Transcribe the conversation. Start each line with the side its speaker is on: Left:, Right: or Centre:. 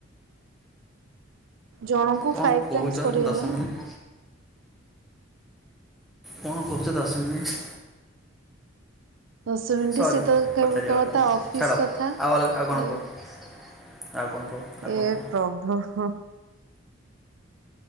Right: ଜଣଙ୍କୁ
Centre: କଣ
Right: ଫାଇବ୍
Centre: କହୁଛ
Right: ଟାଇମିସ କରିହବ
Centre: ଦଶ ମିନିଟ୍
Right: ନା
Centre: କଣ କହୁଛ ଦଶ ମିିନଟ୍?
Right: ଦଶ ମିନିଟ୍
Centre: ସରି
Right: ସିଏ ତ କେବ
Centre: ପଚାରିବା
Right: କେବଳ
Centre: କଥା
Right: ତା
Centre: ନୁହେଁ
Right: ଅଫିସ
Centre: ଛାଡ
Right: କଥା
Centre: ଆଉ ଅଲ ଆଉ
Right: କହିବ।
Centre: କଣ କୁହ ଆଉ କଣ କୁହ? ଆଉ
Right: ଏ
Centre: କଣ କୁହ?
Right: ପ୍ରଭୁ ହୁଁ